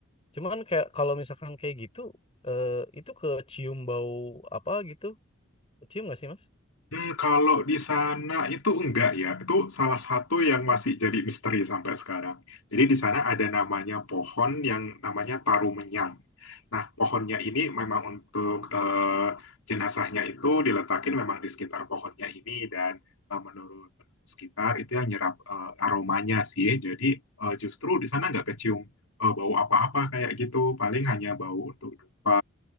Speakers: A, on the left (about 25°); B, on the left (about 80°).
A: Cuman kayak kalau misalkan kayak gitu, eh, itu kecium bau apa gitu. Kecium nggak sih Mas?
B: Hmm, kalau di sana itu enggak ya, itu salah satu yang masih jadi misteri sampai sekarang. Jadi di sana ada namanya pohon yang namanya tarumenyang. Nah, pohonnya ini memang untuk eh, jenazahnya itu diletakin memang di sekitar pohonnya ini dan eh, menurut sekitar itu yang nyerap eh, aromanya sih. Jadi eh, justru di sana nggak kecium eh, bau apa-apa kayak gitu, paling hanya bau untuk dupa